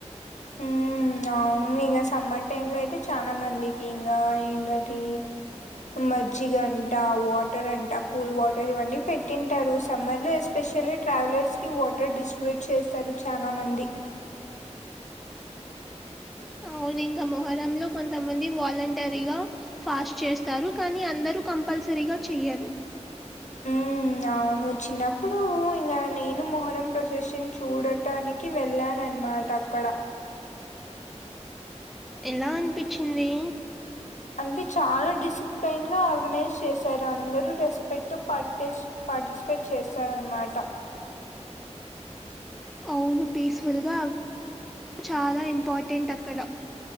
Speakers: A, on the left (about 85°); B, in the centre.
A: ఉ ఉ అవును ఇంకా సమ్మర్ టైమ్లో అయితే చాలా మందికి ఇంకా ఏందది మజ్జిగ అంట వాటర్ అంట కూల్ వాటర్ ఇవన్నీ పెట్టింటారు సమ్మర్లో యెస్ స్పెషల్లీ ట్రావెలర్స్కి వాటర్ డిస్ట్రిబ్యూట్ చేస్తారు చానా మంది.
B: అవును ఇంకా మొహరంలో కొంతమంది వాలంటరీగా ఫాస్ చేస్త్ తారు కానీ అందరు కంపల్సరీగా చెయ్యరు
A: ఉ అవును చిన్నప్పుడు ఇంగా నేను మొహరం ప్రొసెషన్ చూడట్ టానికి వెళ్ళానా అనమాట అక్కడ
B: ఎలా అనిపించింది
A: అంటే చాలా డిసిప్లైన్గా ఆర్గనైజ్ చేశారు అందరూ రెస్పెక్టు పర్టీపెస్ పార్టిసిపేట్ చేస్తారా అనమాట
B: అవును పీస్ఫుల్గా చాలా ఇంపార్టెంట్ అక్కడ